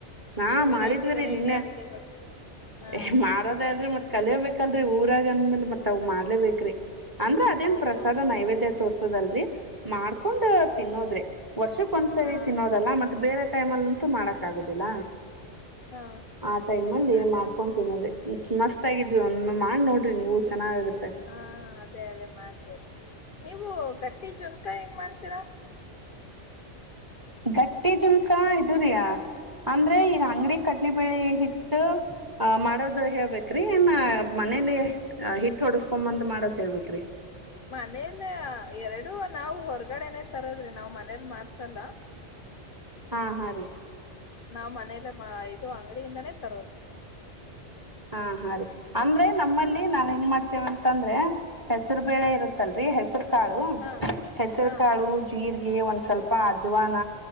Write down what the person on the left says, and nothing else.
ವೆರೈಟಿ
ವೆರೈಟಿ
ಅಡಗೆಗಳು ಹಾ
ಹಾ
ಹೌದೌದು
ಹ್ಮ
ಹಾ
ಹಾ
ಅದೇ
ಹ್ಮ
ಹಾ ಅದೇ ಅದೇ ಮಾಡ್ತೀರಿ ನೀವು ಗಟ್ಟಿ ಜುನ್ಕ ಹೆಂಗ್ ಮಾಡ್ತೀರಾ
ಮನೇಲಿ ಎರಡು ನಾವು ಹೊರಗಡೆನೆ ತರೋದ್ರಿ ನಾವ್ ಮನೇಲಿ ಮಾಡ್ಸಲ್ಲ.
ನಾವ್ ಮನೇಲೆ ಮಾ ಇದು ಅಂಗಡಿಯಿಂದಾನೇ ತರೋದು.
ಹಾ
ಹಾ
ಹಾ